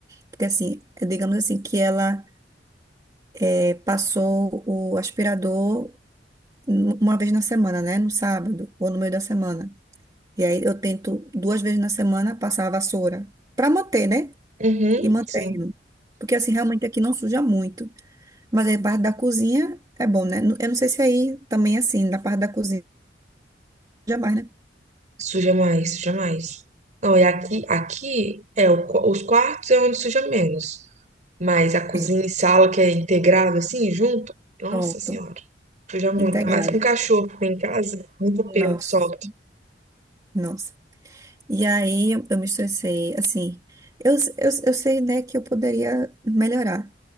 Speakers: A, on the right; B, on the right.
A: Porque assim, digamos assim, que ela eh, passou o aspirador n- uma vez na semana, né? No sábado ou no meio da semana. E aí eu tento duas vezes na semana passar a vassoura. Pra manter, né?
B: Uhum,
A: E mantendo.
B: sim.
A: Porque assim, realmente aqui não suja muito. Mas aí parte da cozinha é bom, né? Nu- Eu não sei se aí também é assim, na parte da cozinha jamais, né?
B: Suja mais, suja mais. Não, e aqui, aqui é o qua- os quartos é onde suja menos. Mas a cozinha
A: É,
B: e sala que é integrado assim, junto, nossa
A: pronto,
B: senhora, suja muito.
A: integrado.
B: Ainda Mais com cachorro que tem em casa, muito
A: Nossa,
B: pelo que solta.
A: nossa. E aí eu, eu me estressei, assim. Eu, eu, eu sei, né, que eu poderia melhorar,